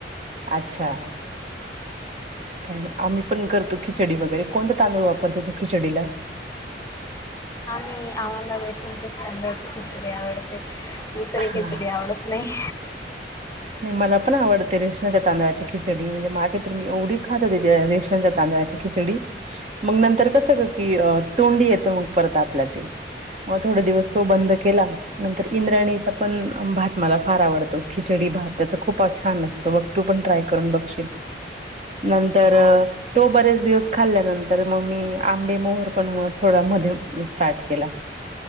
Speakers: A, on the right (about 35°); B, on the left (about 15°).
A: अच्छा काय नाही आम्ही पण करतो खिचडी वगैरे कोणते तांदूळ वापरते तू खिचडीला
B: नाही आम्हाला रेशनच्याच तांदळाची खिचडी आवडते दुसरी
A: हा
B: खिचडी आवडत नाही
A: नाही मला पण आवडते रेशनाच्या तांदळाची खिचडी म्हणजे मागे तर मी एवढी खात होते त्या रेशनच्या तांदळाची खिचडी मग नंतर कस गं की तोंडी येते मग परत आपल्या ते मग थोडे दिवस तो बंद केला नंतर इंद्रायणीचा पण भात मला फार आवडतो खिचडी भात त्याच खूप छान असत बघ तू पण ट्राय करून बघशील नंतर‌
B: हो
A: तो बरेच दिवस खाल्ल्यानंतर मग मी आंबे मोहर पण म थोडा मध्ये स्टार्ट केला